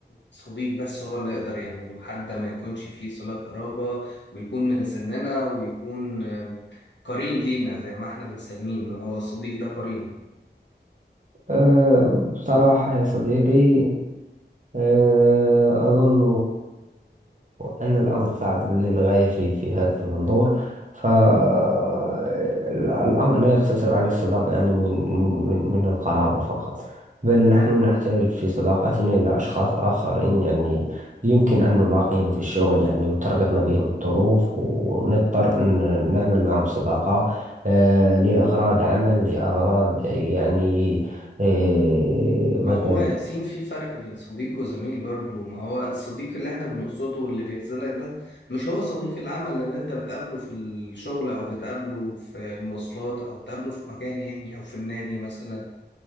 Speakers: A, on the left; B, on the right.
A: صديق بس هو اللي يقدر يعمله حد ما يكونش فيه صلة قرابة ويكون من سننا ويكون قرين لينا زي ما احنا بنسميه ان هو الصديق ده قرين
B: آه، بصراحة يا صديقي آه، أظن أن الأمر صعب للغاية في في هذا المنظور فالأمر لا يقتصر على الصداقة يعني من من من القرابة فقط بل نحن نحتاج في صداقتنا إلى أشخاص آخرين يعني يمكن أن نلاقيهم في الشغل يعني وتربطنا بهم الظروف ونضطر أن نعمل معهم صداقة آه، لأغراض عمل لأغراض يعني آه، مثلا
A: ما هو ياسين في فرق بين صديق وزميل برضه ما هو الصديق اللي احنا بنقصده واللي بيخذلك ده مش هو صديق العمل اللي انت بتقابله في الشغل او بتقابله في المواصلات او بتقابله في مكان يعني او في النادي مثلا